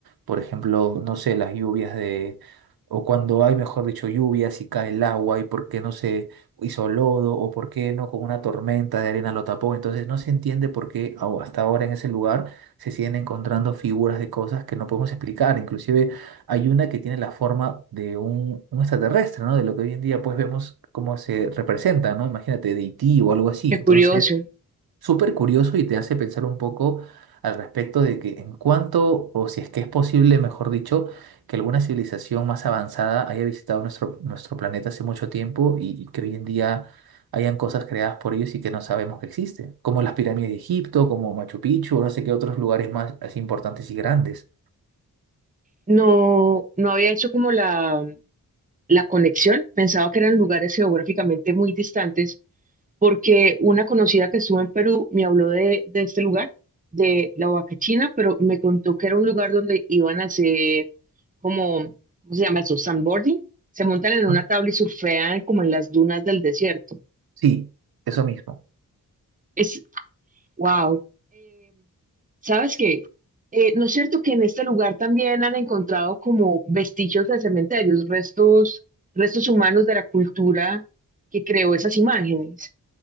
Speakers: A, on the right (about 80°); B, on the right (about 20°).
A: por ejemplo, no sé, las lluvias de, o cuando hay, mejor dicho, lluvias y cae el agua y por qué no se hizo lodo o por qué no con una tormenta de arena lo tapó? Entonces no se entiende por qué au- hasta ahora en ese lugar se siguen encontrando figuras de cosas que no podemos explicar, inclusive hay una que tiene la forma de un, un extraterrestre, ¿no? De lo que hoy en día pues vemos cómo se representa, ¿no? Imagínate, de E.T. o algo así.
B: qué
A: Entonces,
B: curioso.
A: súper curioso y te hace pensar un poco al respecto de que en cuanto, o si es que es posible, mejor dicho, que alguna civilización más avanzada haya visitado nuestro, nuestro planeta hace mucho tiempo y, y que hoy en día hayan cosas creadas por ellos y que no sabemos que existen, como las pirámides de Egipto, como Machu Picchu, o no sé qué otros lugares más así importantes y grandes.
B: No, no había hecho como la, la conexión, pensaba que eran lugares geográficamente muy distantes, porque una conocida que estuvo en Perú me habló de, de este lugar, de la Huaca China, pero me contó que era un lugar donde iban a hacer como, ¿cómo se llama eso? Sandboarding. Se montan en una
A: Ah,
B: tabla y surfean como en las dunas del desierto.
A: Sí, eso mismo.
B: es Wow. ¿sabes qué? Eh, ¿no es cierto que en este lugar también han encontrado como vestigios de cementerios, restos, restos humanos de la cultura que creó esas imágenes?